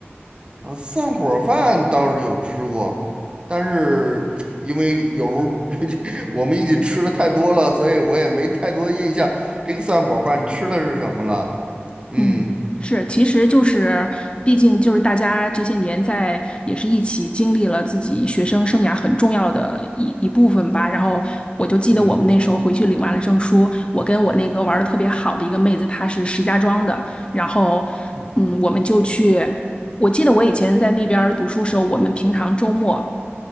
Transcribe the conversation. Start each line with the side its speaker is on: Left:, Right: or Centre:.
Right: 啊，散伙儿饭倒是有吃过，但是因为有时候 <laughs> 我们一起吃的太多了，所以我也没太多印象这个散伙儿饭吃的是什么了。嗯
Left: 嗯，是，其实就是，毕竟就是大家这些年在也是一起经历了自己学生生涯很重要的一一部分吧。然后我就记得我们那时候回去领完了证书，
Right: 嗯
Left: 我跟我那个玩的特别好的一个妹子，她是石家庄的，然后嗯，
Right: 嗯，
Left: 我们就去。我记得我以前在那边儿读书时候，我们平常周末，